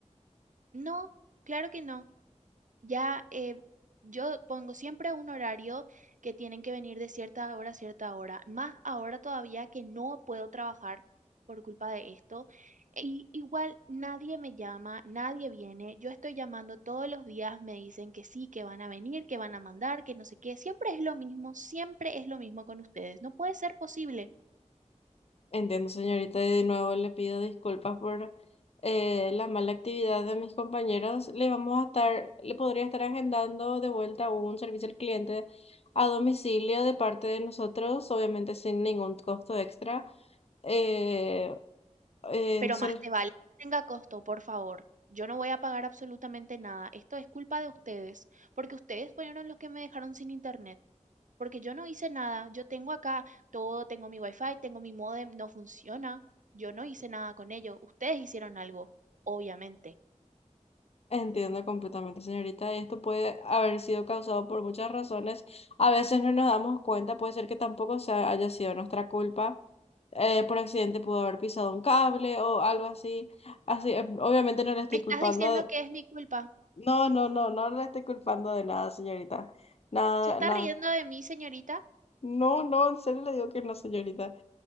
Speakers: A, on the right; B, on the left.
A: No, claro que no. Ya eh, yo pongo siempre un horario que tienen que venir de cierta hora a cierta hora, más ahora todavía que no puedo trabajar por culpa de esto. Y igual nadie me llama, nadie viene. Yo estoy llamando todos los días, me dicen que sí, que van a venir, que van a mandar, que no sé qué. Siempre es lo mismo, siempre es lo mismo con ustedes. No puede ser posible.
B: Entiendo, señorita, y de nuevo le pido disculpas por eh, la mala actividad de mis compañeros. Le vamos a estar, le podría estar agendando de vuelta un servicio al cliente a domicilio de parte de nosotros, obviamente sin ningún costo extra. Eh, eh,
A: Pero
B: solo-
A: más te vale que tenga costo, por favor. Yo no voy a pagar absolutamente nada. Esto es culpa de ustedes, porque ustedes fueron los que me dejaron sin internet, porque yo no hice nada. Yo tengo acá todo, tengo mi wifi, tengo mi modem no funciona. Yo no hice nada con ello. Ustedes hicieron algo, obviamente.
B: Entiendo completamente, señorita. y Esto puede haber sido causado por muchas razones. A veces no nos damos cuenta, puede ser que tampoco sea- haya sido nuestra culpa. Eh, por accidente pudo haber pisado un cable o algo así. Así, eh, obviamente no le estoy
A: ¿Me estás
B: culpando.
A: diciendo
B: de-
A: que es mi culpa?
B: No, no, no, no le estoy culpando de nada, señorita. Nada,
A: ¿Se está
B: nada.
A: riendo de mí, señorita?
B: No, no, en serio le digo que no, señorita.